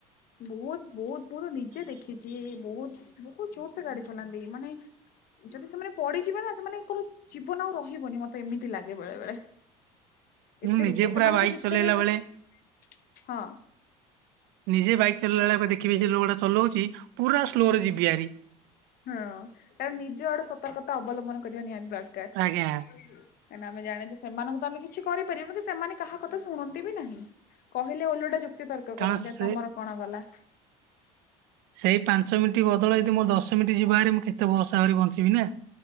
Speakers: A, on the left; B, on the right.
A: ବହୁତ ବହୁତ ମୁଁ ତ ନିଜେ ଦେଖିଛି ବହୁତ ବହୁତ ଜୋର ସେ ଗାଡି ଚଲାନ୍ତି ମାନେ ଯଦି ସେମାନେ ପଡିଯିବେ ନା ସେମାନଙ୍କର ଜୀବନ ଆଉ ରହିବନି ମତେ ଏମିତି ଲାଗେ ବେଳେ ବେଳେ।
B: ମୁଁ
A: ଏତେ
B: ନିଜେ
A: ଦୁତ
B: ପୁରା
A: ସେମାନଙ୍କ
B: ବାଇକ୍
A: ଭିତରେ
B: ଚଲେଇଲା ବେଳେ
A: ଗୋଟ୍ ହଁ।
B: ନିଜେ ବାଇକ୍ ଚଲେଇଲା ବେଳେ ଦେଖିବି ଯେ ଲୋକଟା ଚଲଉଛି ପୁରା ସ୍ଲୋରେ ଯିବି ଆରି।
A: ହଁ କାରଣ ନିଜ ଆଡେ ସତର୍କତା ଅବଲମ୍ବନ କରିବା ନିହାତି ଦରକାର।
B: ଆଜ୍ଞା।
A: କାଇଁ ନା ଆମେ ଜାଣିଛେ ସେମାନଙ୍କୁ ତ ଆମେ କିଛି କରିପାରିବୁ ନାଇଁ, କି ସେମାନେ କାହା କଥା ଶୁଣନ୍ତି ବି ନାହିଁ। କହିଲେ ଓଲଟା ଯୁକ୍ତିତର୍କ
B: କାରଣ
A: କରନ୍ତି, ଆ
B: ସେ
A: ତମର କଣ ଗଲା।
B: ସେଇ ପାଞ୍ଚ ମିନିଟ୍ ବଦଳରେ ଯଦି ମୋ ଦଶ ମିନିଟ ଯିବ ହାରି ମୁଁ କେତେ ବର୍ଷ ଆହୁରି ବଞ୍ଚିବି ନା।